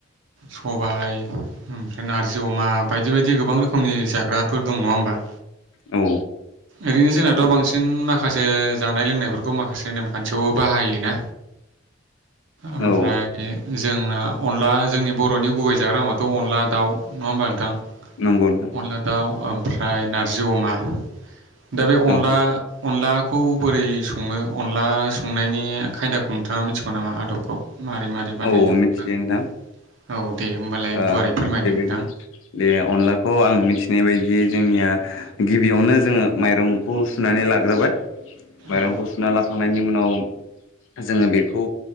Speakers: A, on the right; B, on the left.
A: सबाय ओमफ्राय नारजि अमा बायदि बायदि गोबां रोखोमनि जाग्रा फोर दं नङा होमबा
B: औ
A: ओरैनो जोंनाथ' बांसिन माखासे जानाय लोंनायफोरखौ माखासे नेमखान्थियावबो बाहायोना ओमफ्राय
B: औ
A: जोंना अनला जोंनि बर'नि गुबै जाग्रामाथ' अनला दाउ नङा होमबा नोंथां
B: नंगौ नोंथां
A: अनला दाउ ओमफ्राय नारजि अमा दा बे अनला
B: औ
A: अनला खौ बोरै सङो अनला संनायनि खायदाखौ नोंथाङा मिथिगौ नामा आदबखौ मारै मारै बानायो
B: औ मिथियो
A: अनलाखौ
B: नोंथां
A: औ दे होमबालाय
B: ओ
A: गुवारै फोरमायदो
B: थिग बेबायदि
A: नोंथां
B: दे अनलाखौ आं मिथिनाय बायदि बे जोंनिया गिबियावनो जोङो माइरंखौ सुनानै लाग्रोबाय माइरंखौ
A: औ
B: सुना लाखांनायनि उनाव जोङो बेखौ